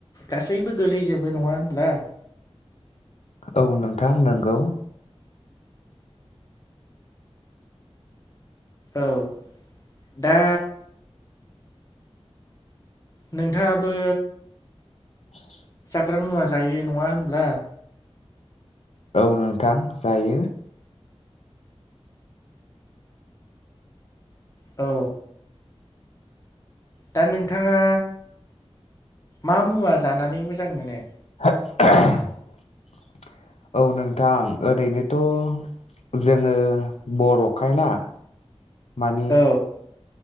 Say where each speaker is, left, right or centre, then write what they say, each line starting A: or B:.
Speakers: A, on the left (about 30°); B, on the left (about 80°).
A: गासैबो गोलैजोबो नङा होनब्ला
B: औ नोंथां नोंगौ
A: औ दा नोंथाङाबो
B: <unintelligible>
A: ग्रा मुवा जायो नङा होनब्ला
B: औ नोंथां जायो
A: औ दा नोंथाङा मा मुवा जानानै मोजां मोनो
B: <unintelligible> औ नोंथां ओरैनोथ' जोङो बर'खायना मानि
A: औ